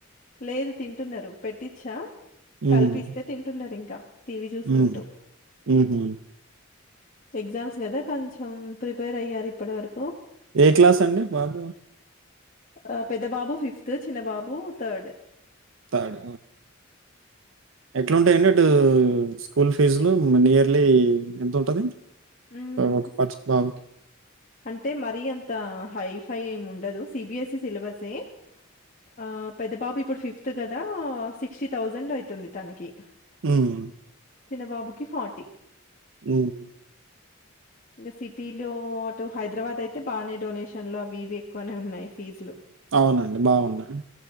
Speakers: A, on the left; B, on the right.
A: లేదు తింటున్నారు పెట్టిచ్చా
B: ఉమ్,
A: కలిపిస్తే తింటున్నారు ఇంకా టీవీ చూసుకుంటూ
B: ఉమ్, ఉమ్హు.
A: ఎగ్జామ్స్ కదా కొంచెం ప్రిపేర్ అయ్యారు ఇప్పటివరకు
B: ఏ క్లాస్ అండి బాబు
A: ఆ పెద్ద బాబు ఫిఫ్త్ చిన్న బాబు థర్డ్
B: థర్డ్ ఎట్లాఉంటాయండి అటు స్కూల్ ఫీజులు నియర్లీ ఎంత ఉంటది
A: మ్
B: ఒక పర్స్ బాబుకి
A: అంటే మరి అంతా హైఫైవ్ఎం ఉం ఉండదు సీబీఎస్ఈ సిలబసేహ్ ఆ పెద్ద బాబు ఇప్పుడు ఫిఫ్త్ కదా సిక్స్టీ థౌసండ్ ఐతుంది తనకి
B: ఉమ్
A: చిన్నబాబుకి ఫోర్టీ
B: ఉమ్
A: ఇంకా సిటీలో అటు హైదరాబాద్ అయితే బానే డొనేషన్లు అవి ఇవి ఎక్కువనే ఉన్నాయ్ ఫీజులు
B: అవునండి బాగున్నాయి